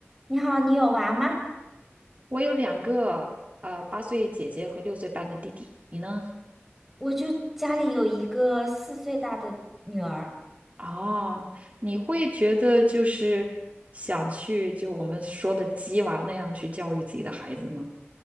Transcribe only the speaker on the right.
我有两个呃八岁姐姐和六岁半的弟弟，你呢？
哦，你会觉得就是想去就我们说的鸡娃那样去教育自己的孩子吗？